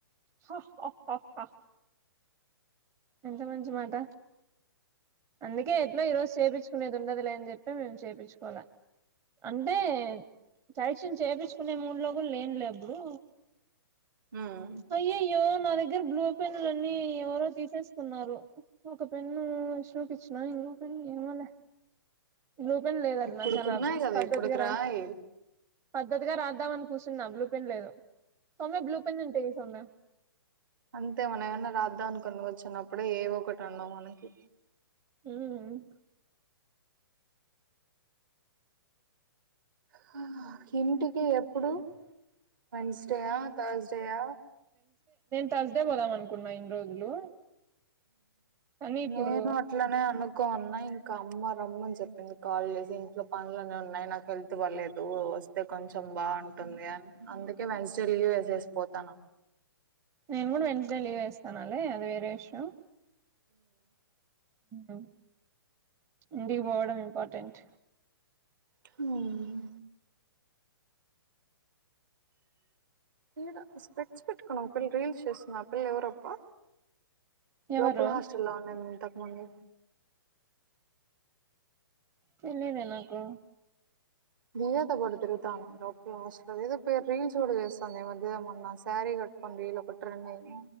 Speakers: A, on the right; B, on the right.
A: హా హా హా హా ఎంత మంచి మాట అందుకే ఎట్లో ఈ రోజు చేపీంచుకునేది ఉండదులే అని చెప్పి మేము చేపించుకోలే అంటే కరెక్షన్ చేపిచ్చు కొన్ని మూడు లోజులు లేనులే అప్పుడు
B: మ్మ్
A: అయ్యయో నా దగ్గర బ్లూ పెన్ను లన్నీ ఎవరో తీసేసుకున్నారు ఒక పెన్ను చూపించనా ఇంకో పెన్ను ఏమోలే బ్లూ పెన్ లేదటనా
B: ఇప్పుడుకున్నాయి
A: చాలా
B: కదా
A: పద్ధతిగా
B: ఇప్పుడుకి
A: రా
B: రాయి
A: పద్ధతిగా రాద్దామని కూర్చున్న బ్లూ పెన్ లేదు సౌమ్య బ్లూ పెన్ ఉంటే ఈ సౌమ్య
B: అంతే మనం ఏమన్నా రాద్దాం అనుకోని వచ్చినప్పుడే ఏవొ ఒకటి ఉండవు మనకి
A: ఉమ్
B: హా ఇంటికి ఎప్పుడు మనిషి టుడే ఆ త్ర్సడై ఆ
A: త్ర్సడై పోదాం అనుకున్నా ఇన్ని రోజులు కానీ ఇప్పుడు
B: నేను అట్లానే అనుకోన్నా ఇంకా అమ్మ రమ్మని చెప్పింది కాల్ చేసి ఇంట్లో పనులన్ని ఉన్నాయి నాకు హెల్త్ బాలేదు వస్తే కొంచెం బాగుంటుంది అని అందుకే వెన్సడే లీవ్ వేసేసి పోతాను
A: నేను కూడా వెన్సడే లీవ్ వేస్తానాలే అది వేరే విషయం అమ్ ఇంటికి పోవటం ఇంపార్టెంట్
B: హామ్ ఈడ స్పెక్ట్స్ పెట్టుకున్నా ఒక పిల్ల రీల్స్ చేస్తుంది పిల్ల ఎవరప్పా
A: ఎవరు
B: లోపల్ హాస్టల్లో ఉండేది ఇంతకుముందు
A: తెలిదేనాకు
B: దివ్య తో పాటు తిరుగుతాను లో కాస్లు ఏదో పేరు రీల్స్ కూడా చేస్తుంది ఈ మధ్య మొన్న శారీ కట్టుకొని రీల్ ఒకటి ట్రెండ్ అయి